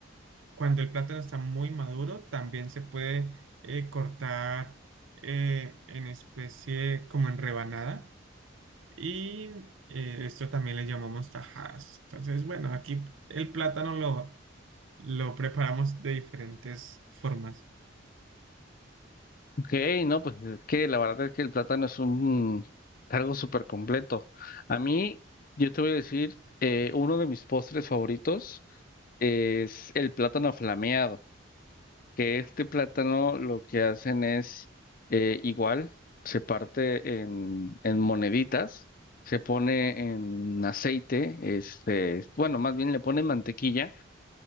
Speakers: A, on the right; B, on the left.
A: cuando el plátano está muy maduro, también se puede eh, cortar eh, en especie como en rebanada. Y eh, esto también le llamamos tajadas. Entonces, bueno, aquí el plátano lo, lo preparamos de diferentes formas.
B: Ok, no, pues es que la verdad es que el plátano es un algo súper completo. A mí, yo te voy a decir, eh, uno de mis postres favoritos es el plátano flameado, que este plátano lo que hacen es eh, igual, se parte en, en moneditas, se pone en aceite, este, bueno, más bien le ponen mantequilla,